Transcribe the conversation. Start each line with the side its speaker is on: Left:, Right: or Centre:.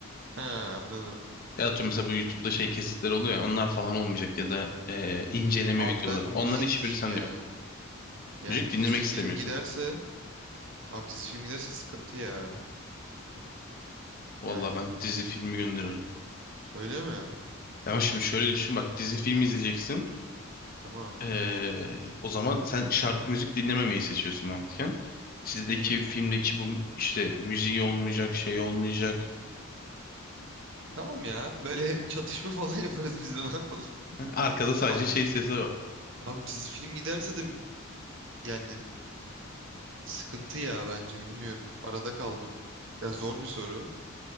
Right: He anladım.
Left: Ya atıyorum mesela bu YouTube'da şey kesitler oluyor ya onlar falan olmayacak ya da e, inceleme
Right: Abi
Left: videoları.
Right: ben müzik
Left: Onların hiçbiri
Right: diyeyim
Left: sende
Right: ya.
Left: yok.
Right: Yani
Left: Müzik dinlemek
Right: dizi film
Left: istemiyorsun.
Right: giderse, abi dizi film giderse sıkıntı ya.
Left: Vallahi
Right: Yani
Left: ben dizi filmi gönderirim.
Right: öyle mi?
Left: Ya şimdi şöyle düşün bak dizi filmi izleyeceksin.
Right: Tamam.
Left: E, o zaman sen şarkı müzik dinlememeyi seçiyorsun mantıken. Dizideki
Right: Hmm.
Left: filmdeki bu işte müziği olmayacak şey olmayacak.
Right: Tamam ya. Böyle <laughs> çatışma falan yaparız biz de ne yapalım?
Left: Arkada sadece
Right: Abi
Left: şey sesi var.
Right: Abi dizi film giderse de bi- yani sıkıntı ya bence bilmiyorum. Arada kaldım. Ya zor bir soru.